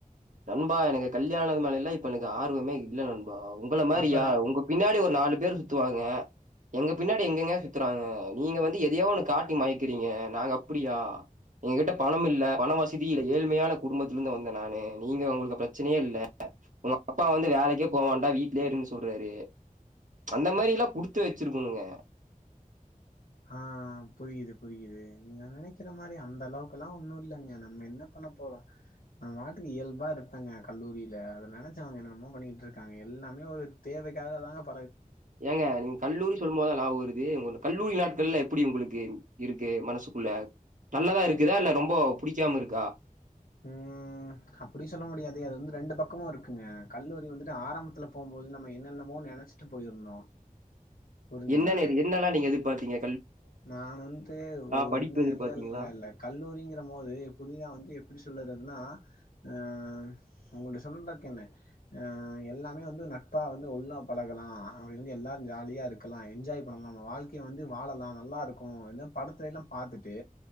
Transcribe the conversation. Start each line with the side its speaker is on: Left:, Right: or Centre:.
Right: நண்பா எனக்கு கல்யாணது மேலலா இப்ப எனக்கு ஆர்வமே இல்ல நண் பா உங்கள மாரியா
Left: அப்பற
Right: உங்க பின்னாடி ஒரு நாலு பேர் சுத்துவாங் ங்க எங்க பின்னாடி எங்கெங்க சுத்துறாங்க நீங்க வந்து எதையோ ஒன்னு காட்டி மயக்குறீங்க நாங்க அப்டியா எங்க கிட்ட பணம் இல்ல பணோ வசதி இல்ல ஏழ்மையான குடும்பத்துல இருந்து வந்த நானு நீங்க உங்களுக்கு பிரச்சனயே இல்ல உங்க அப்பா வந்து வேலைக்கே போவான்டா வீட்லயே இருன் சொல்றாரு அந்த மாரிலா குடுத்து வெச்சுருக்கணுங்க
Left: ஆ புரியுது புரியுது நீங்க நெனைக்கிற மாரி அந்த அளவுக்குலா ஒன்னு இல்லங்க நம்ம என்ன பண்ண போறோ நம்ம பாட்டுக்கு இயல்பா இருப்பங்க கல்லூரியில அத நெனச்சவங்க என்னென்னம்மோ பண்ணிட்டு இருக்காங்க எல்லாமே ஒரு தேவைக்காகதாங்கப்
Right: ஏங்க நீங்க கல்லூரி சொல்லும் போதுதா நியா வருது து உங்க கல்லூரி நாட்கள்லா எப்டி உங்களுக்கு இருக்கு மனசுக்குள்ள நல்லதா இருக்குதா இல்ல ரொம்போ புடிக்காம இருக்கா
Left: ம் அப்டி சொல்ல முடியாது அது வந்து ரெண்டு பக்கமு இருக்குங்க கல்லூரி வந்துட்டு ஆரம்பத்துல போம்போது நம்ம என்னென்னமோ நெனச்சிட்டு போயிருந்தோ புரிஞ்சதா
Right: என்னன இது என்னலாம் நீங்க எதி பாக்றீங்க
Left: நான் வந்துட்டு ஒரு
Right: படிப்பு
Left: வந்து
Right: எதிர்பார்த்தீங்களா?
Left: இல்ல இல்ல இல்ல கல்லூரிங்கிற போது புதிதா வந்து எப்டி சொல்றதுனா ஆ ஒங்களுடைய சொந் ஆ எல்லாமே வந்து நட்பா வந்து ஒன்னா பழகலா அப்டி வந்து எல்லாரு ஜாலியா இருக்கலா என்ஜாய் பண்ணலா நம்ம வாழ்க்கய வந்து வாழலா நல்லா இருக்கு என்ன படத்தைல எல்லா பாத்துட்டு